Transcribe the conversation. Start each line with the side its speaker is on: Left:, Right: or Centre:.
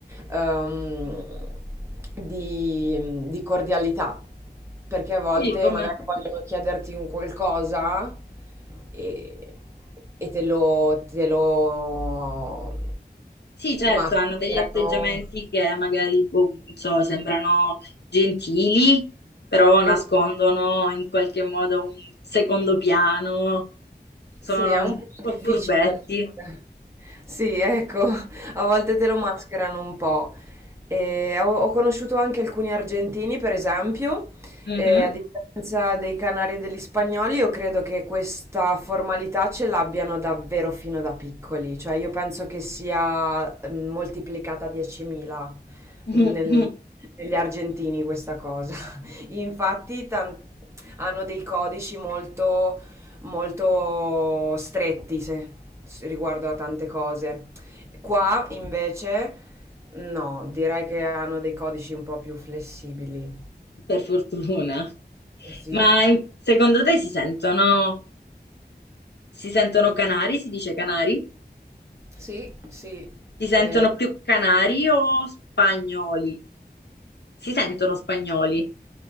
Right: ehm, di, di cordialità, perché a volte
Left: Sì, come...
Right: magari vogliono chiederti un qualcosa e, e te lo, te lo
Left: Sì, certo,
Right: mascherano.
Left: hanno degli atteggiamenti che magari, boh, non so, sembrano gentili, però nascondono
Right: Es
Left: in qualche modo un secondo piano, sono
Right: sì, è un
Left: un
Right: po'
Left: po' furbetti.
Right: difficile da fare. Sì, ecco, a volte te lo mascherano un po'. E ho, ho conosciuto anche alcuni argentini, per esempio,
Left: Mhm.
Right: e a differenza dei canari e degli spagnoli, io credo che questa formalità ce l'abbiano davvero fino da piccoli, cioè io penso che sia mm, moltiplicata a 10.000
Left: <laughs>
Right: nel- negli argentini questa cosa. <laughs> Infatti, tan- hanno dei codici molto molto stretti se- se riguardo a tante cose. Qua invece no, direi che hanno dei codici un po' più flessibili.
Left: Per fortuna.
Right: Sì,
Left: Ma in- secondo te si sentono, si sentono canari? Si dice canari?
Right: sì, sì.
Left: Si sentono
Right: Eh,
Left: più canari o spagnoli? Si sentono spagnoli.